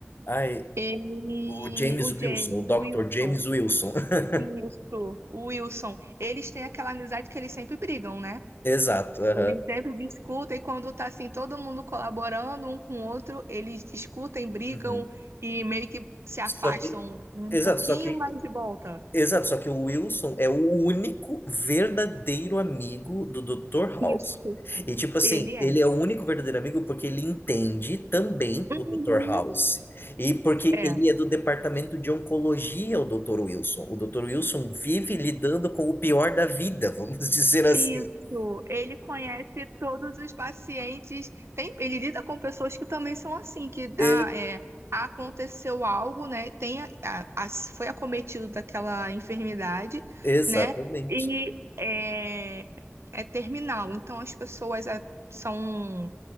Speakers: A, on the left (about 55°); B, on the right (about 80°).
A: Ai,
B: Ele.
A: O James
B: O
A: Wilson,
B: James,
A: o Dr.
B: o Wilson.
A: James Wilson. <laughs>
B: Isso, o Wilson. Eles têm aquela amizade que eles sempre brigam, né?
A: Exato, aham.
B: Eles sempre discutem quando tá assim, todo mundo colaborando um com o outro, eles discutem, brigam
A: Uhum.
B: e meio que se afastam
A: Só que,
B: um
A: exato,
B: pouquinho,
A: só que,
B: mas de volta.
A: exato, só que o Wilson é o único verdadeiro amigo do Dr. House.
B: Isso,
A: E tipo assim,
B: ele é.
A: ele é o único verdadeiro amigo porque ele entende também
B: Uhum,
A: o Dr. House. E porque
B: é.
A: ele é do departamento de oncologia, o Dr. Wilson. O Dr. Wilson vive lidando com o pior da vida, vamos <laughs> dizer assim.
B: Isso, ele conhece todos os pacientes. Tem, ele lida com pessoas que também são assim, que
A: E-
B: ah, é, aconteceu algo, né? Tem a- a- a- foi acometido daquela enfermidade,
A: exatamente.
B: né? E é, é terminal. Então as pessoas ah, são.